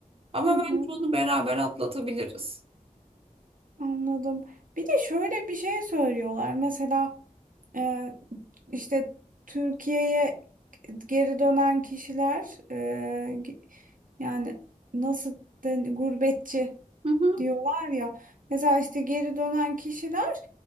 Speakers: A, on the right; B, on the right.
A: ama
B: hı hı.
A: bence onu beraber atlatabiliriz.
B: Anladım. Bir de şöyle bir şey söylüyorlar. Mesela e, işte Türkiye'ye geri dönen kişiler e, yani nasıl den- gurbetçi
A: Hı hı.
B: diyorlar ya. Mesela işte geri dönen kişiler